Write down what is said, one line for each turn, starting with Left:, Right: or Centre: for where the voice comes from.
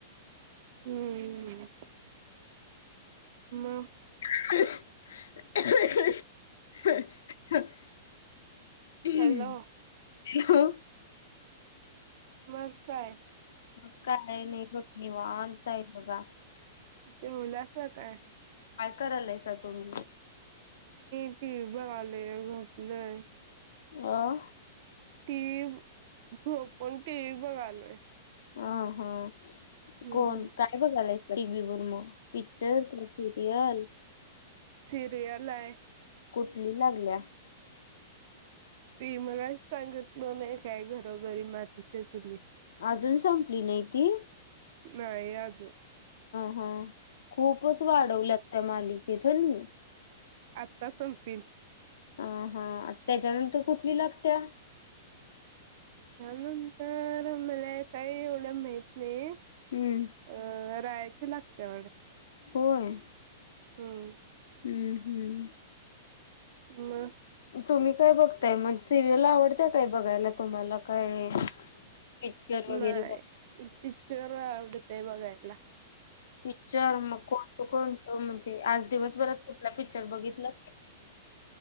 Right: हम्म म
Left: <inaudible> <inaudible>
Right: हॅलो मग काय?
Left: मग काय नय नई बग, निवांत आय बघा.
Right: जेवलासा काय?
Left: काय करालायसा तुम्ही?
Right: टि व्ही बगालोय, झोपलोय.
Left: आं
Right: टी व्ही, झोपून टी व्ही बघालोय.
Left: अं हां
Right: हम्म
Left: कोण काय बघालाय टीव्ही वर म? पिक्चर क सिरियल.
Right: सिरीयलाय.
Left: कुठली लागल्या?
Right: ती मया सांगितलं नाही काय? 'घरोघरी मातीचा चुली'.
Left: आजून संपली नाही ती?
Right: नाही आजून.
Left: हां खूपच वाढवल्यात त्या मालिकेत हूनी. शशशं
Right: आत्ता संप्तील.
Left: अ हा त्याच्यानंतर कुठली लागत्या?
Right: त्यानंतर मला काही एवढं माहित नाही. अं
Left: हम्म
Right: रायाची लागते वाटत.
Left: होय.
Right: हम्म.
Left: हम्म. हम्म.
Right: मग
Left: तुम्ही काय बघता. काय मग सिरियल आवडत्या काय. तुम्हाला बघायला तुम्हाला काय. पिक्चर वगैरे
Right: नाही
Left: बघ
Right: पिक्चर आवडतोय बघायला.
Left: पिक्चर मग कोणत-कोणत म्हणजे आज दिवसभरात कुठला पिक्चर बघितला का. <unintelligible>